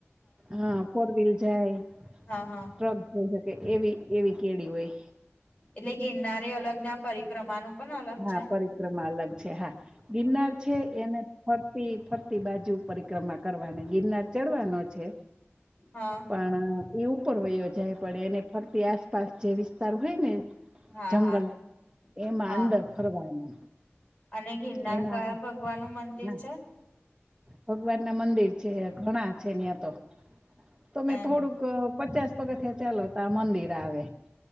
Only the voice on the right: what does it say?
હા ફોર વ્હીલ જાય ટ્રક
જઈ શકે એવી એવી કેડી હોય.
હા
પરિક્રમા અલગ છે હા, ગિરનાર છે એને ફરતી ફરતી બાજુ પરિક્રમા કરવાની ગિરનાર ચડવાનો છે
પણ એ ઉપર વયો જાય પણ એને ફરતી આસપાસ જે વિસ્તાર હોય ને
જંગલ
એમાં
અંદર ફરવાનું
એમાં
હા
ભગવાન ના મંદિર છે ઘણા છે ન્યા તો, તો મેં
થોડુંક ક પચાસ પગથિયાં ચાલો ત્યાં મંદિર આવે-'